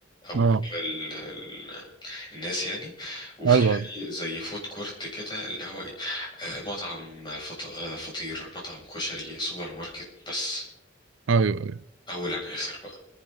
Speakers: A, on the left (about 25°); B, on the right (about 80°).
A: او
B: اه
A: ال- ال- الناس يعني وفي
B: ايوه
A: حي- زي فود كورت كده اللي هو ايه آه، مطعم فط- آه، فطير مطعم كشري سوبر ماركت بس
B: ايوه ايوه
A: اول عن اخر بقى